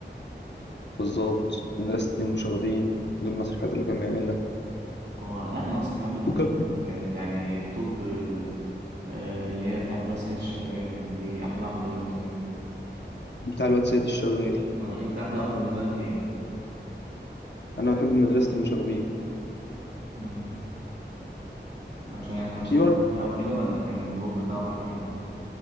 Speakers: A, on the left; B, on the right.
A: بالظبط ومدرسة المشاغبين دي المسرحيات اللي كان بيعملها
B: اه لا المسرحيات بالنسبه
A: وكان
B: لهم كانت يعني الطب آه، اللي هي بتاعت الواد سيد الشغال يعني دي احلى واحده بالنسبه لي
A: بتاع الواد سيد الشغال
B: اه انت احلى واحده بالنسبه لك ايه
A: انا بحب مدرسة المشاغبين
B: امم عشان يعني كان
A: في
B: صغير
A: برضه
B: فيها وكده ولا كان الدور بتاعه كان حلو